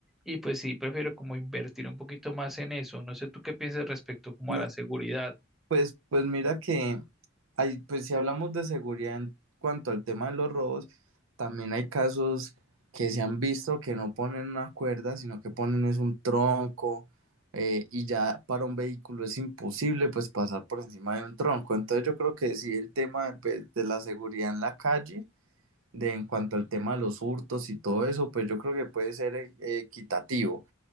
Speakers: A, in the centre; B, on the right.
A: y pues sí, prefiero como invertir un poquito más en eso. No sé tú qué piensas respecto como
B: No,
A: a la seguridad.
B: Pues, pues mira que hay, pues si hablamos de seguridad en cuanto al tema de los robos, también hay casos que se han visto que no ponen una cuerda, sino que ponen es un tronco, eh, y ya para un vehículo es imposible pues pasar por encima de un tronco. Entonces yo creo que sí el tema de, pues, de la seguridad en la calle, de en cuanto al tema de los hurtos y todo eso, pues yo creo que puede ser eh, equitativo